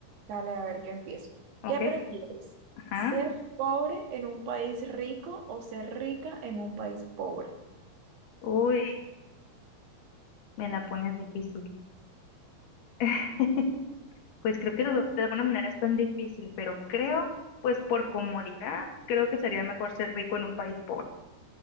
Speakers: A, on the right; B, on the left.
A: Dale, a ver, yo empiezo.
B: ¿ok?
A: ¿Qué prefieres?
B: Ajá.
A: ¿Ser pobre en un país rico o ser rica en un país pobre?
B: Uy, me la pones difícil. <laughs> Pues creo que de, de alguna manera es tan difícil, pero creo, pues por comodidad, creo que sería mejor ser rico en un país pobre.